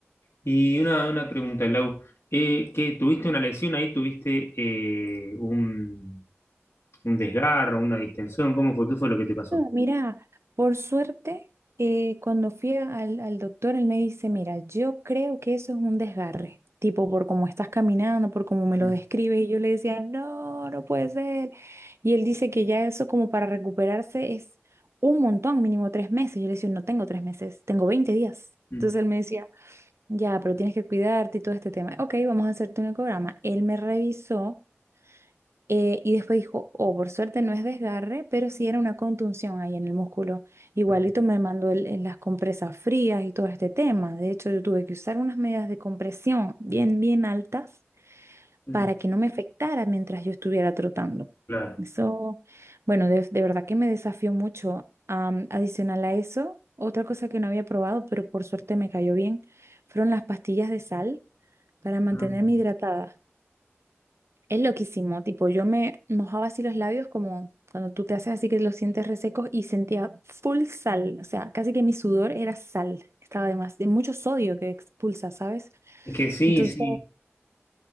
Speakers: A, on the left; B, on the right.
A: Y una, una pregunta, Lau, eh, ¿qué, tuviste una lesión ahí? ¿Tuviste eh, un, un desgarro, una distensión? ¿Cómo fue? ¿Qué fue lo que te pasó?
B: Mira, por suerte, eh, cuando fui al, al doctor, él me dice, mira, yo creo que eso es un desgarre, tipo por cómo estás caminando, por cómo me lo
A: Mm,
B: describes, y yo le decía, no, no puede ser. Y él dice que ya eso como para recuperarse es un montón, mínimo tres meses. Yo le decía, no tengo tres meses, tengo 20 días.
A: mm,
B: Entonces él me decía, ya, pero tienes que cuidarte y todo este tema. Ok, vamos a hacerte un ecograma. Él me revisó. Eh, y después dijo, oh, por suerte no es desgarre, pero sí era una contunción ahí en el músculo. Igualito
A: ok,
B: me mandó el- el- las compresas frías y todo este tema. De hecho, yo tuve que usar unas medidas de compresión bien, bien altas
A: mm,
B: para que no me afectara mientras yo estuviera trotando.
A: Claro.
B: Eso, bueno, de, de verdad que me desafió mucho. Am, adicional a eso, otra cosa que no había probado, pero por suerte me cayó bien, fueron las pastillas de sal para mantenerme
A: Ah, sí.
B: hidratada. Es loquísimo, tipo, yo me mojaba así los labios como cuando tú te haces así que los sientes resecos y sentía full sal, o sea, casi que mi sudor era sal, estaba además de mucho sodio que expulsa, ¿sabes?
A: Es que sí,
B: Entonces,
A: sí.